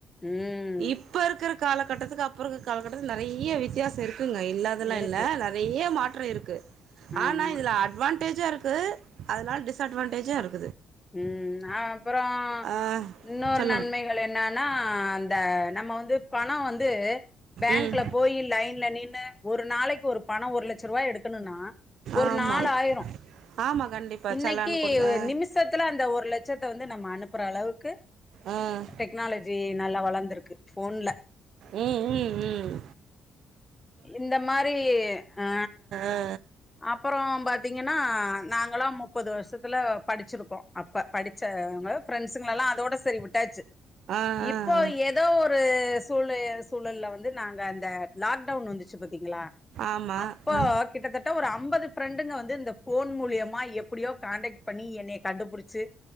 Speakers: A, on the left; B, on the right.
A: ம்
B: இப்ப இருக்றக் காலகட்டத்துக்கு அப்றோருக் காலகட்டத்து நெறைய வித்தியாசோ இருக் க்குங்க இல்லாதெல்லா
A: இருக்கு
B: இல்ல நெறைய மாற் ட்ரே இருக்கு ஆனா
A: ஆமா
B: இதுல அட்வான் டேஜூருக்கு அதனால டிஸ்அட்வான்டேஜூ இருக்கு
A: ம் அ அப்பறோ
B: ஆ
A: இன்னொரு
B: சொல்லுங்
A: நன்மைகள் என்னானா அந் த நம்ம வந்து பணோ வந்து பேங்க்ல
B: ம்
A: போய் லைன்ல நின் <unintelligible> ஒரு நாளைக்கு ஒரு பண ஒரு லட் லட்ச ரூவா எடுக்கணுனா ஒரு
B: ஆமா
A: நாலாயிரோ
B: ஆமா கண்டிப்பா
A: இன்னைக்கு
B: செலான் குடுத்
A: ஒ
B: ஆ
A: நிமிஷ் மொதல்ல அந்த ஒரு லட்சத்த வந்து நம்ம அனுப்புற அளவுக்கு
B: ம்
A: டெக்னாலஜி நல்லா வளர்ந்துருக்கு போன்ல
B: உம் உம் உம்
A: இந்த மாரி ஆ
B: ஆ ஆ
A: அப்பறோ பாத்தீங்கன்னா நாங்களா முப்பது வருஷத்துல படிச்சிருக்கோ அப்ப படிச் சாங்க ஃப்ரெண்ட்ஸுங்களா அதோட சரி விட் ட்டாச்சு
B: ஆ ஆ
A: இப்போ ஏதோ ஒரு ஷ் ஸ்கூலு சூழல வந்து நாங்க அந்த லாக் லாக்டவுன் வந்துச்சு பாத்தீங்களா
B: ஆமா
A: அப்ப
B: ஆ
A: கிட்டத்தட்ட ஒரு அம்பது ஃப்ரெண்டுங்க வந்து இந்த ஃபோன் மூலியமா எப்டியோ காண்டக்ட் பண்ணி என்னய கண்டுபிடிச்சு